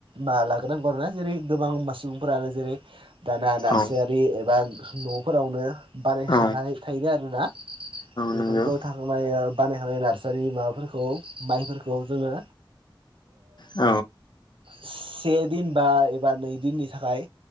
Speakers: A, on the right; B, on the left.
A: माला नांगौ आरोना जेरै गोबां सुबुंफोरानो जेरै दाना नार्सयारि
B: औ
A: एबा न'फोरावनो बानायाखानाय
B: औ
A: थायो आरोना बेफोरखौ
B: नंगौ
A: थाखोमायो बानायखानाय नार्सारि माबाफोरखौ माइफोरखौ जोङो
B: औ
A: से दिन बा एबा नै दिननि थाखाय